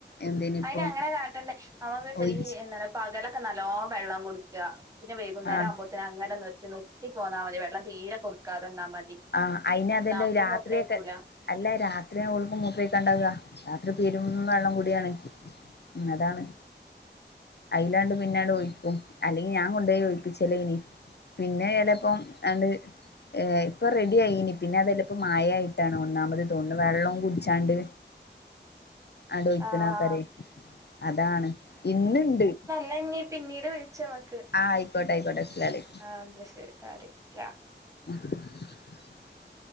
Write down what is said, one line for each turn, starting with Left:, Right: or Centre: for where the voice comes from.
Left: എന്തേനിപ്പോ
Right: അയ്ന് അങ്ങനെ കാട്ടണ്ടേ അവകണ്ട്
Left: ഒഴിച്ച്
Right: ഈ എന്താന്ന് <unintelligible> പകലൊക്കെ നല്ലോ വെള്ളം കുടിക്ക പിന്നെ വൈകുന്നേരം
Left: ആഹ്
Right: ആവുമ്പോത്തിന് അങ്ങനെ നിർത്തി നിർത്തി പോന്നാ മതി വെള്ളം തീരെ കൊടുക്കാതെന്നാ മതി
Left: ആഹ് അയ്ന് അതന്നെ
Right: ന്നാ അപ്പം
Left: രാത്രിയൊക്കെ
Right: മൂത്രൊയ്ക്കൂല
Left: അല്ല രാത്രിയാണ് ഓൾക്ക് മൂത്രയിക്കാണ്ടാവാ രാത്രി പെരും വള്ളം കുടിയാണ് ഉം അതാണ് അയിലാണ്ട് പിന്നാണ്ട് ഒഴിക്കും അല്ലെങ്കി ഞാൻ കൊണ്ടോയി ഓയിപ്പിച്ചല്ലേനി പിന്നെ ചലപ്പം അണ്ട് ഏ ഇപ്പൊ റെഡി ആയിനി പിന്നെ അതെല്ലപ്പോ മായായിട്ടാണ് ഒന്നാമത് തോന്നുന്നത് വെള്ളവും കുടിച്ചാണ്ട് അ ടൊഴിക്ക്ണാക്കാരെ
Right: ആഹ്
Left: അതാണ് ഇന്ന്ണ്ട്
Right: ന്നാ ഇഞ്ഞ് പിന്നീട് വിളിച്ച മ്മക്ക്
Left: ആഹ് അയിക്കട്ടെ അയിക്കോട്ടെ അസ്സലാ അലൈ
Right: ആഹ് ന്നാ ശരി <unintelligible>
Left: ആഹ്